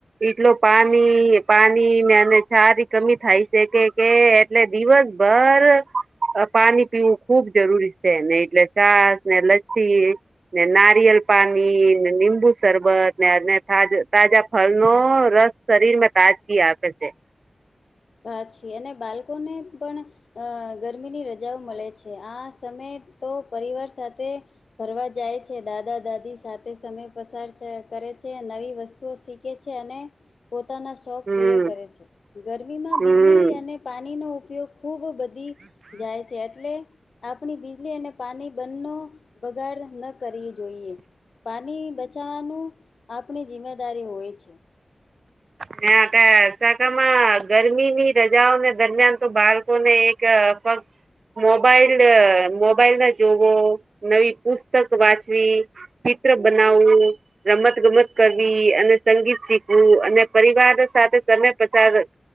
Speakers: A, on the right; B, on the left.
A: એટલો પાણી પાણી અને છા થી કમી થાય છે કે કે એટલે દિવસ બર પાણી પીવું ખુબ જરૂરી છે ને એટલે ચાસ ને લચ્છી ને નારિયલ પાણી લીંબુ શરબત ને તાજા ફળનો રસ શરીરમાં તાજગી આપે છે. <inaudible>
B: સાચી અને બાળકોને પણ અ ગરમીની રજાઓ મળે છે આ સમયે તો પરિવાર સાથે ફરવા જાય છે. દાદા દાદી સાથે સમય પસાર છે તો રે છે નવી વસ્તુઓ શીખે છે અને પોતે પોતાના શોખ
A: હમ
B: પૂરે કરે છે. ગરમીમાં
A: હમ
B: બીજળી અને પાણીનો ઉપયોગ ખૂબ બધી જાય છે એટલે આપણી બીજળી અને પાણી બંનો બગાડ ન કરવી જોઈએ પાણી બચાવાનું આપણી જિમ્મેદારી હોય છે.
A: હ શાકામાં ગરમીની રજાઓને દરમિયાન તો બાળકોને એક તો પણ મોબાઈલ મોબાઈલ ના જોવો નવી પુસ્તક વાંચવી ચિત્ર બનાવવું રમત ગમત કરવી અને સંગીત શીખવું અને પરિવાર સાથે તમે પસાર